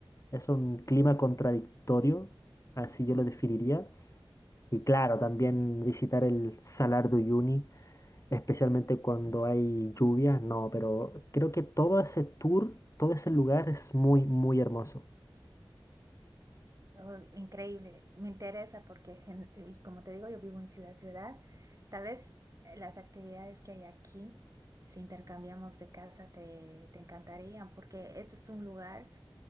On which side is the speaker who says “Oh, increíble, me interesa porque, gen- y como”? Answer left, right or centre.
Right